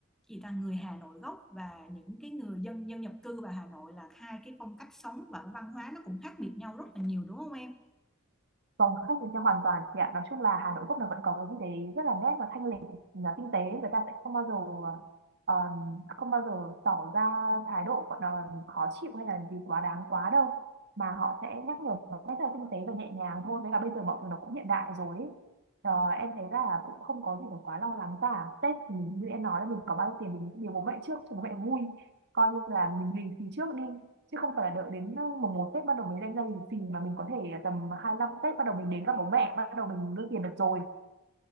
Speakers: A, in the centre; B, on the right.
A: chị ta người Hà Nội gốc và những cái người dân dân nhập cư vào Hà Nội là hai cái phong cách sống và cái văn hóa nó cũng khác biệt nhau rất là nhiều đúng không em?
B: Phòng khách thì sẽ hoàn toàn chị ạ. Nói chung là Hà Nội gốc là vẫn có cái gì đấy rất là nét và thanh lịch, là tinh tế. Người ta sẽ không bao giờ ờ, không bao giờ tỏ ra thái độ gọi là khó chịu hay là gì quá đáng quá đâu. Mà họ sẽ nhắc nhở một cách rất là tinh tế và nhẹ nhàng thôi. Với cả bây giờ mọi thứ nó cũng hiện đại rồi ấy. Ờ, em thấy là cũng không có gì phải quá lo lắng cả. Tết thì như em nói là mình có bao nhiêu tiền thì mình sẽ biếu bố mẹ trước cho bố mẹ vui. Coi như là mình lì xì trước đi chứ không phải là đợi đến ờ, mùng một Tết bắt đầu mới đem ra lì xì mà mình có thể tầm 25 Tết bắt đầu mình đến gặp bố mẹ bắt đầu mình đưa tiền được rồi